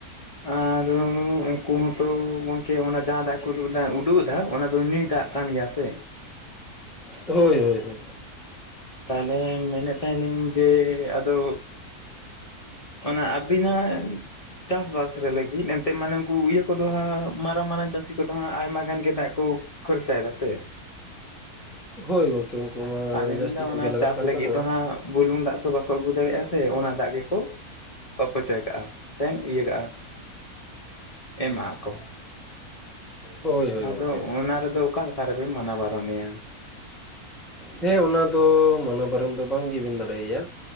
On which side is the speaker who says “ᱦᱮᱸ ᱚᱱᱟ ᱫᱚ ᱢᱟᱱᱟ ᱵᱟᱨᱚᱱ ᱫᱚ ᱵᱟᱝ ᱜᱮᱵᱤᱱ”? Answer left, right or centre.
Centre